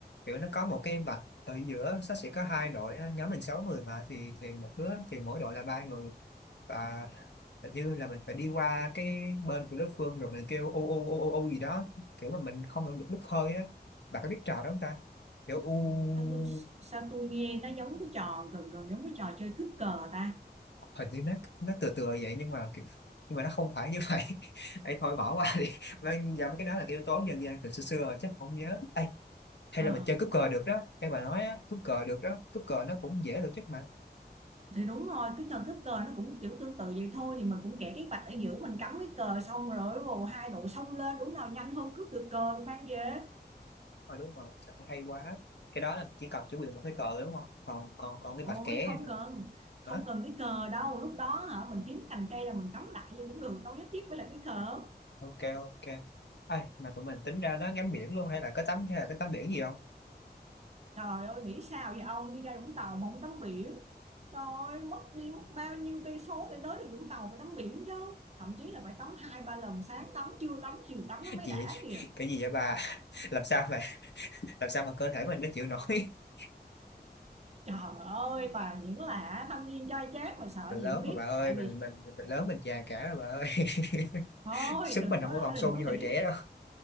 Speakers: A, on the left; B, on the right.
A: kiểu nó có một cái vạch ở giữa nó sẽ có hai đội á, nhóm mình sáu người mà thì thì một đứa thì mỗi đội là ba người và hình như là mình phải đi qua cái bên của đối phương rồi mình kêu u u u u u gì đó kiểu mà mình không làm được đứt hơi á bạn có biết trò đó không ta kiểu u
B: sao tôi sao tôi nghe nó giống cái trò gần gần giống cái trò chơi cướp cờ ta
A: hình như nó nó tựa tựa vậy nhưng mà kiểu nhưng mà nó không phải như vậy <laughs> ấy thôi bỏ qua đi Vâng, dạ, cái đó là cái yếu tố dân gian từ xưa xưa rồi, chắc không nhớ Ê, hay
B: Ờ
A: là mình chơi cúp cờ được đó hay bà nói á cúp cờ được đó cúp cờ nó cũng dễ tổ chức mà
B: thì đúng rồi cái trò cướp cờ nó cũng kiểu tương tự vậy thôi thì mình cũng kẻ cái vạch ở giữa mình cắm cái cờ xong rồi vồ hai đội xông lên đúng nào nhanh hơn cướp được cờ mang về
A: Ờ đúng rồi sao hay quá cái đó là chỉ cần chuẩn bị một cái cờ đúng không còn còn còn cái
B: ôi
A: bạch kẻ
B: không
A: nữa
B: cần không
A: hả?
B: cần cái cờ đâu lúc đó hả mình kiếm cành cây rồi mình cắm lại vô cũng được đâu nhất thiết phải là cái cờ
A: ok ok ai mà tụi mình tính ra đó ngắm biển luôn hay là có tắm hay là có tắm biển gì không
B: trời ơi nghĩ sao vậy ông đi ra Vũng Tàu mà không tắm biển trời ơi mất đi mất bao nhiêu cây số để tới được Vũng Tàu phải tắm biển chứ thậm chí là phải tắm hai ba lần sáng tắm trưa tắm chiều tắm
A: <laughs>
B: nó mới
A: gì
B: đã
A: vậy?
B: kìa
A: cái gì vậy bà <laughs> làm sao mà làm sao mà cơ thể mình nó chịu nổi <laughs>
B: Trời ơi toàn những là thanh niên trai chát mà sợ
A: mình lớn
B: gì không biết
A: rồi bà ơi
B: tại
A: mình
B: vì
A: mình mình lớn mình già cả rồi bà ơi <laughs>
B: thôi
A: sức
B: đừng
A: mình không
B: có
A: có còn
B: đừng
A: sung
B: có
A: như
B: nghĩ
A: hồi trẻ đâu